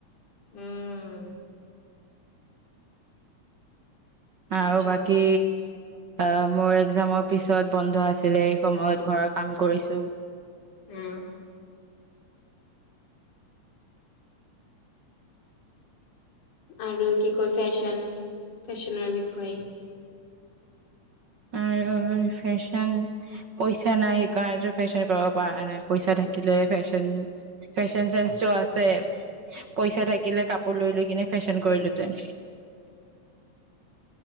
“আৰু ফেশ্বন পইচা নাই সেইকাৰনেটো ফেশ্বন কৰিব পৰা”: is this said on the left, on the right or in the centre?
Right